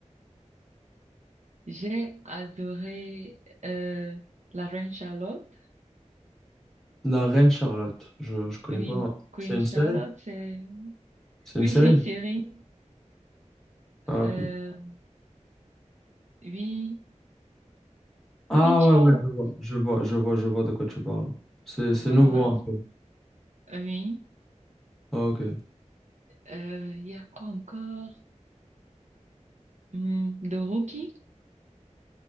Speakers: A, on the right; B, in the centre.
A: j'ai adoré euh, La Reine Charlotte.
B: La Reine Charlotte. Je, je connais
A: Oui,
B: pas.
A: Queen
B: C'est une
A: Charlotte,
B: série?
A: c'est...
B: C'est une
A: Oui,
B: série?
A: c'est une série.
B: Ah, ok.
A: Euh, oui,
B: Ah,
A: Queen Charlotte.
B: ouais, ouais, je vois. Je vois, je vois, je vois de quoi tu parles. C'est, c'est
A: Voilà.
B: nouveau un peu.
A: Oui.
B: Ah, ok.
A: Euh, Il y a quoi encore? Hmm, The Rookie?